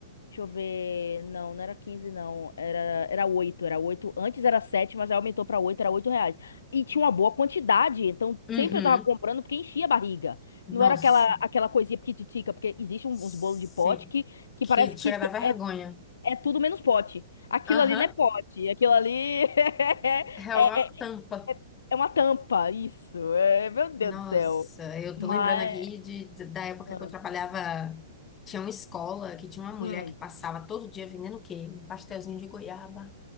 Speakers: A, on the left; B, on the left.
A: Deixa eu ver. Não, não era 15 não. Era, era oito Era oito Antes era sete mas aí aumentou pra oito era 8 reais. E tinha uma boa quantidade. Então
B: Uhum.
A: sempre eu tava comprando porque enchia a barriga.
B: Nossa.
A: Não era aquela, aquela coisinha pititica, porque existe um-
B: Sim.
A: uns bolos de pote que, que
B: Que
A: parece
B: chega
A: que te-
B: da vergonha.
A: é, é tudo menos pote. Aquilo
B: Aham.
A: ali não é pote. Aquilo ali <laughs>
B: É
A: é,
B: uma tampa.
A: é uma tampa, isso. É, meu Deus
B: Nossa,
A: do céu.
B: eu
A: Mas.
B: tô lembrando aqui de, de- da época
A: Ah,
B: que eu trabalhava. Tinha uma escola que tinha uma mulher
A: Hum.
B: que passava todo dia vendendo o quê? Um pastelzinho de goiaba.